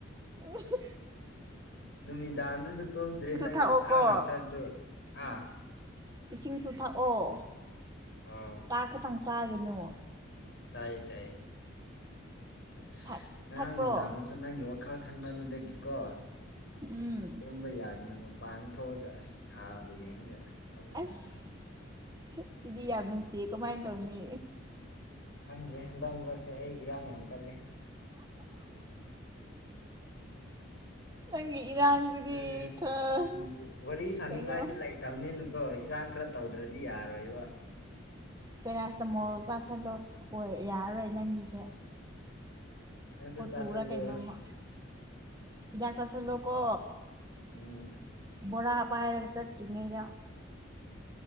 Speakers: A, on the right; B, on the left.
A: ꯎ ꯍꯨ ꯍꯨ
B: ꯅꯨꯃꯤꯗꯥꯡꯗꯨꯗ ꯇꯨꯝꯗ꯭ꯔꯦ ꯅꯪꯒꯤ
A: ꯊꯛꯑꯣꯀꯣ
B: ꯋꯥꯈꯜ ꯉꯥꯛꯇꯗꯣ ꯍꯥ
A: ꯏꯁꯤꯡꯁꯨ ꯊꯛꯑꯣ
B: ꯑꯥꯎ
A: ꯆꯥꯛ ꯈꯇꯪ ꯆꯥꯒꯅꯨ
B: ꯇꯥꯏꯌꯦ ꯇꯥꯏꯌꯦ ꯁ
A: ꯊꯛ
B: ꯉꯔꯥꯡ
A: ꯊꯛꯄ꯭ꯔꯣ
B: ꯅꯨꯡꯗꯥꯡꯗꯖꯨ ꯅꯪꯒꯤ ꯋꯥ ꯋꯥꯈꯜ ꯈꯟꯃꯟꯕꯗꯒꯤꯀꯣ
A: ꯎꯝ
B: ꯇꯨꯝꯕ ꯌꯥꯗꯅ ꯑꯃꯨꯛ ꯃꯄꯥꯟꯗ ꯊꯣꯛꯑꯒ ꯑꯁ ꯊꯥꯕꯨ ꯌꯦꯡꯉꯒ ꯑꯁ ꯇꯧꯕꯅꯤꯅꯦ
A: ꯑꯁ ꯁꯤꯗꯤ ꯌꯥꯝ ꯅꯨꯡꯁꯤꯌꯦ ꯀꯃꯥꯏ ꯇꯧꯅꯤ
B: ꯈꯪꯗ꯭ꯔꯦ ꯍꯟꯗꯛ ꯃꯔꯛꯁꯦ ꯑꯩ ꯏꯔꯥꯡ ꯌꯥꯝ ꯀꯜꯂꯦ
A: ꯅꯪꯒꯤ ꯏꯔꯥꯡꯁꯤꯗꯤ
B: ꯑꯦ
A: ꯈꯔ
B: ꯎꯝ ꯋꯥꯔꯤ ꯁꯅꯤꯡꯉꯥꯏꯁꯨ
A: ꯀꯩꯅꯣ
B: ꯂꯩꯇꯕꯅꯤꯅ ꯀꯣ ꯏꯔꯥꯡ ꯈꯔ ꯇꯧꯗ꯭ꯔꯗꯤ ꯌꯥꯔꯣꯏꯌꯦꯕ
A: ꯄꯦꯔꯥꯁꯇꯃꯣꯜ ꯆꯥꯥꯁꯜꯂꯣ ꯍꯣꯏ ꯌꯥꯔꯔꯣꯏ ꯅꯪꯒꯤꯁꯦ
B: ꯅꯪꯖꯨ
A: ꯑꯣ
B: ꯆꯥꯁꯜꯂꯨ
A: ꯇꯨꯔ ꯀꯩꯅꯣꯝꯃ ꯍꯤꯗꯥꯛ ꯆꯥꯥꯁꯜꯂꯣꯀꯣ
B: ꯎꯝ
A: ꯕꯣꯔꯥ ꯄꯥꯏꯔꯒ ꯆꯠꯇ꯭ꯔꯤꯉꯩꯗ